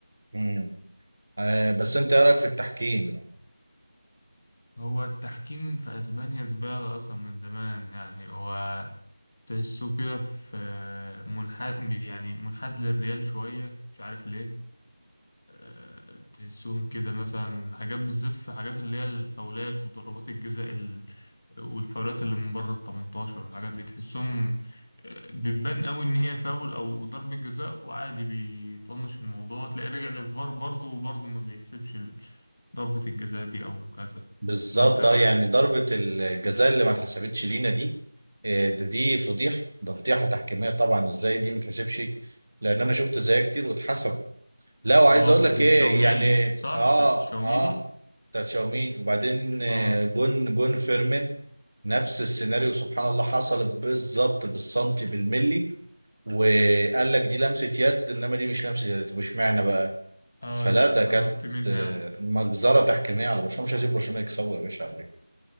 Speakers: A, on the right; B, on the left.
A: مم. آه. بس انت ايه رايك في التحكيم يعني
B: هو التحكيم في اسبانيا زبالة اصلا من زمان يعني هو تحسه كده في منحاز يعني منحاز للريال شوية مش عارف ليه أه، تحسهم كده مثلا حاجات بالذات في حاجات اللي هي الفاولات وضربات الجزاء ال- والفاولات اللي من بره ال 18 والحاجات دي تحسهم أه، بتبان قوي ان هي فاول او ضربة جزاء وعادي بيطنش الموضوع تلاقيه راجع للفار برضه وبرضه ما بيحسبش ال- ضربة الجزاء دي او كذا
A: بالظبط
B: ولا انت إيه
A: اه
B: رايك
A: يعني ضربه الجزاء اللي ما اتحسبتش لينا دي آه، ده دي فضيحه ده فضيحه تحكيميه طبعا ازاي دي ما اتحسبش لان انا شفت زيها كتير واتحسب لا وعايز
B: اه
A: اقول
B: بتاعت
A: لك
B: الشاوميني
A: ايه يعني
B: صح
A: اه
B: بتاعت الشاوميني
A: اه بتاع تشاومين وبعدين آه،
B: اه
A: جون جون فيرمين نفس السيناريو سبحان الله حصل بالظبط بالسنتي بالملي وقال لك دي لمسة يد انما دي مش لمسة يد طب اشمعنى بقى
B: اه
A: فلا
B: دي انا
A: ده
B: استغربت
A: كانت
B: منها
A: آه،
B: اوي
A: مجزرة تحكيمية على برشلونة مش هسيب برشلونة يكسبوا يا باشا على فكرة